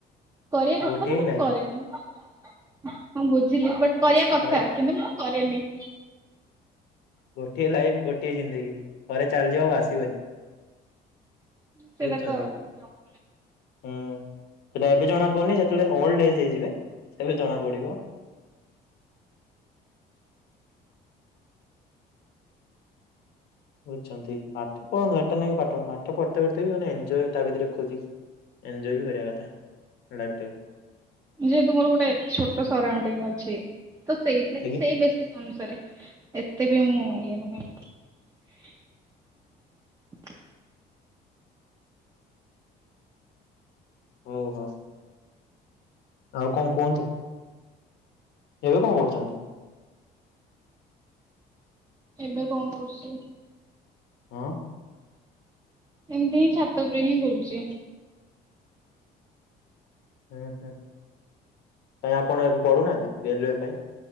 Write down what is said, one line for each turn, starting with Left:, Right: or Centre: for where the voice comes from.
Right: କରିବା
Left: ଗୋଟିଏ
Right: କଥା ବଟ୍
Left: ହିଁ ଲାଇଫ
Right: ମୁଁ କରେନି ହଁ ବୁଝିଲି ବଟ୍ କରିବା କଥା
Left: ଥରେ
Right: କିନ୍ତୁ ମୁଁ କରେନି।
Left: ଗୋଟିଏ ଲାଇଫ ଗୋଟିଏ ଜିନ୍ଦଗି ଥରେ ଚାଲିଯିବ ଆଉ ଆସିବନି।
Right: ସେଇଟା
Left: ବୁଝୁଚନ୍ତି
Right: ତ ଜମା।
Left: ହୁଁ। ସେଟା ଏବେ ଜଣା ପଡୁନି ଯେତେବେଳେ ଓଲଡ ଏଜ ହେଇଯିବେ ସେ ବି ଜଣା ପଡିବ। ବୁଝୁଛନ୍ତି ପାଠ ପଢନ୍ତୁ ଏଟା ନାଇ ପାଠ ପାଠ ପଢତେ ପଢ଼ତେ ମାନେ ଏଞ୍ଜୟ ତା ଭିତରେ ଖୋଜି ଏଞ୍ଜୟ ବି କରିବା କଥା ଲାଇଫ ଟାକୁ।
Right: ଯେହେତୁ ମୋର ଗୋଟେ ଛୋଟ ସରାଉଣ୍ଡିଙ୍ଗ ଅଛି। ତ ସେଇଥି ଲାଗି
Left: ଆଜ୍ଞା
Right: ସେଇ ବେଶୀକ ଅନୁସାରେ ଏତେ ବି ମୁଁ ଆରିୟାନ ଭାଇ
Left: ହଉ ହ ଆଉ କଣ କୁହନ୍ତୁ। ଏବେ କଣ କରୁଛନ୍ତି।
Right: ଏବେ କଣ କରୁଛି।
Left: ହଁ।
Right: ଏମତି ହିଁ ଛାତ ଉପରେ ହିଁ ବୁଲୁଚି
Left: ହୁଁ ହୁଁ କ ଆପଣ ଏବେ ପଢୁନାହାନ୍ତି ରେଲୱେ ପାଇଁ